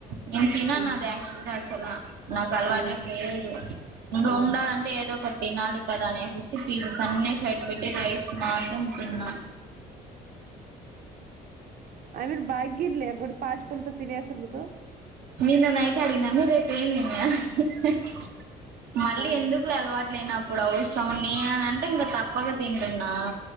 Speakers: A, on the right; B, on the right.
A: నేను తినను
B: ఆ
A: అది ఆయాక్చువల్ గా అసలు నాకు అలవాటే
B: ఆ
A: లేదు ఇంగ
B: ఆ
A: ఉండాలంటే ఏదో ఒక తనాళికదా అనేసేసి సన్నే సైడ్ పెట్టి రైస్ మాసం తిన్న
B: ఆ బాగిలే ఒడు పాచి పలతో తేనెసుండదు
A: నిన్న నైట్ ఆడిగిన మీ రేప్ ఏంది మే అని హ్మ్ మళ్ళీ
B: ఆ
A: ఎందుకులె అలవాట్ లేన ఇప్పుడు అఔసరమున్య అంటే ఇంక తప్పగా తింటున్నా